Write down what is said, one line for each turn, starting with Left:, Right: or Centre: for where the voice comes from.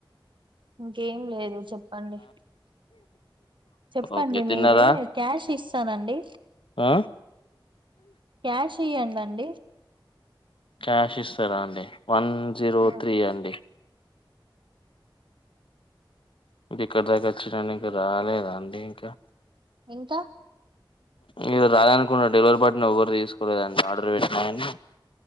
Right: ఇంకేం లేదు చెప్ చెప్పండి చెప్పండి
Left: ఓకే తిన్నారా
Right: మీరే క్యాష్ ఇస్తానండి
Left: ఆ
Right: క్యాష్ ఇయ్యండండి
Left: క్యాష్ ఇస్తారా అండి వన్ జీరో
Right: ఆ
Left: త్రీ అండి ఇంక ఇక్కడ దగ్గర వచ్చడానికి రాలేద అండి ఇంకా
Right: ఇంక
Left: మీరు రాలనుకున్న డెలివరీ పార్ట్నర్ ఎవరు తీసుకోలేదండి ఆర్డర్ పెట్టినా కాని